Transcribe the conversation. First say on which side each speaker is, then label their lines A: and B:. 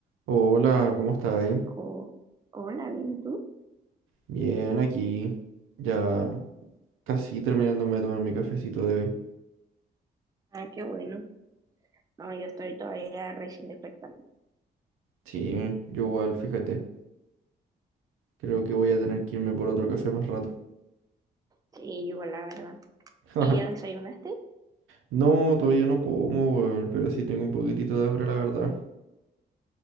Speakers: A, on the right; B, on the right.
A: Hola, ¿cómo estáis?
B: Oh, hola, bien, ¿y ¿tú?
A: Bien, aquí. Ya casi terminándome de tomar mi cafecito de hoy.
B: Ah, qué bueno. No, yo estoy todavía recién despertando.
A: Sí, yo igual, fíjate. Creo que voy a tener que irme por otro café más rato.
B: Sí, yo la verdad. ¿Y
A: <laughs>
B: ya desayunaste?
A: No, todavía no como, weón, pero sí tengo un poquitito de hambre, la verdad.